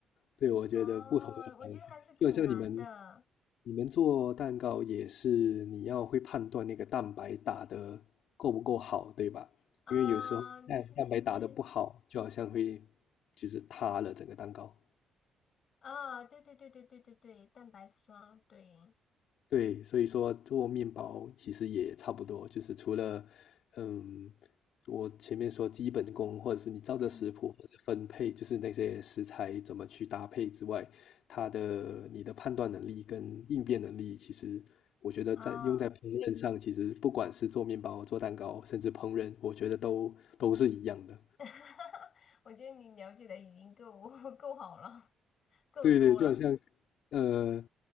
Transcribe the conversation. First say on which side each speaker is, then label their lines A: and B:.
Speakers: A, on the left; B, on the left.
A: 对，我觉得不同的方向，
B: 哦，我觉得还是挺难的
A: 就很像你们，你们做蛋糕也是你要会判断那个蛋白打的够不够好，对吧？
B: 啊，
A: 因为有时候蛋蛋白打的不好，
B: 其实
A: 就好像会就是塌了整个蛋糕。
B: 啊，对对对对对对对，蛋白霜，对，
A: 对，所以说做面包其实也差不多，就是除了，嗯，我前面说基本功，或者是你照着食谱或者分配，
B: 嗯，
A: 就是那些食材怎么去搭配之外，它的你的判断能力跟应变能力，其实我觉得在用在烹饪上，
B: 啊，
A: 其实不管是做面包、做蛋糕，甚至烹饪，我觉得都都是一样的。
B: <laughs> 我觉得你了解的已经够 <laughs> 够好了，够多了，
A: 对对，就好像呃，